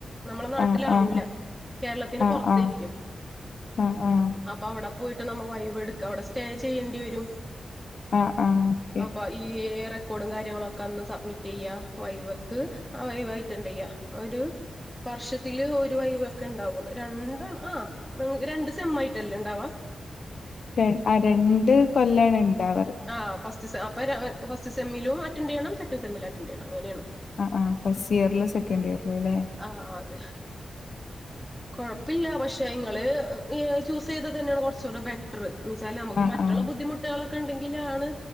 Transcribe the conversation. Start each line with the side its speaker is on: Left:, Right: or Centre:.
Centre: നമ്മളെ നാട്ടിലാവൂല
Left: ആഹ് ആഹ്
Centre: കേരളത്തിന്
Left: ആഹ്
Centre: പൊറത്
Left: ആഹ്
Centre: <unintelligible>
Left: ആഹ് ആഹ് ആഹ്
Centre: അപ്പ അവട പോയിട്ട് നമ്മൾ വൈവെ എട്ക്ക, അവിടെ സ്റ്റേ ചെയ്യേണ്ടി വരും.
Left: ആഹ് ആഹ് ഓക്കെ
Centre: അപ്പ ഈ ഏറെ ക്കോടും കാര്യങ്ങളൊക്കെ അന്ന് സബ്മിറ്റ് ചെയ്യ വൈവക്ക്, വൈവ അറ്റന്റ് ചെയ്യ, ഒരു വർഷത്തില് ഒരു വൈവക്കെ ഉണ്ടാവുള്ളൂ, രണ് <unintelligible> ആ <unintelligible> രണ്ട് സെമ്മായിട്ടല്ലേ ഇണ്ടവാ?
Left: ര ആ രണ്ട് കൊല്ലാണ്. ഉണ്ടാവാറ്
Centre: ആ ഫസ് <unintelligible> അപ്പ ര ഫസ്റ്റ് സെമ്മിലും അറ്റൻ്റ് ചെയ്യണം, സെകൻ്റ് സെമ്മിലും അറ്റൻ്റ് ചെയ്യണം അങ്ങനെയാണ്.
Left: ആ ആ ഫസ്റ്റ് ഇയറിലും സെക്കൻഡ് ഇയറിലും അല്ലെ?
Centre: ആഹ് അതെ കൊഴപ്പില്ല പഷ് റ്റെ ഇങ്ങള് ഏ ചൂസ് ചെയ്തത് തന്നെയാണ് കൊറച്ചൂടെ ബെറ്ററ്. എന്ന് വച്ചാല് നമ്മക്ക്
Left: ആഹ്
Centre: മറ്റുള്ള
Left: ആഹ്
Centre: ബുദ്ധമുട്ടുകളൊ ണ്ടെങ്കിലാണ്